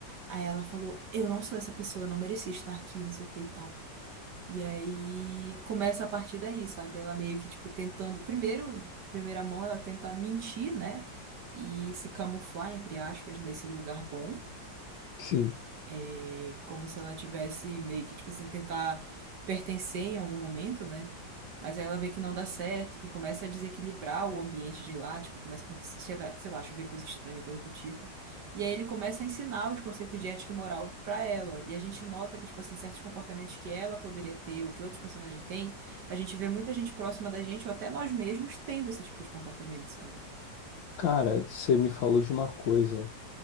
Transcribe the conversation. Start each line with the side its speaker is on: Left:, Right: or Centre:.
Right: Aí ela falou, eu não sou essa pessoa, eu não mereci estar aqui, não sei o que e tal. E aí começa a partir daí, sabe? Ela meio que, tipo, tentando. Primeiro, de primeira mão, ela tenta mentir, né? E se camuflar, entre aspas, nesse lugar bom.
Left: sim.
Right: E como se ela tivesse meio que, tipo assim, tentar pertencer em algum momento, né? Mas aí ela vê que não dá certo, que começa a desequilibrar o ambiente de lá, tipo, começa a acontecer, sei lá, sei lá, chover coisa estranha, coisa do tipo. E aí ele começa a ensinar os conceitos de ética e moral pra ela. E a gente nota que, tipo assim, certos comportamentos que ela poderia ter ou que outros personagens têm, a gente vê muita gente próxima da gente ou até nós mesmos tendo esse tipo de comportamento, sabe?
Left: Cara, você me falou de uma coisa.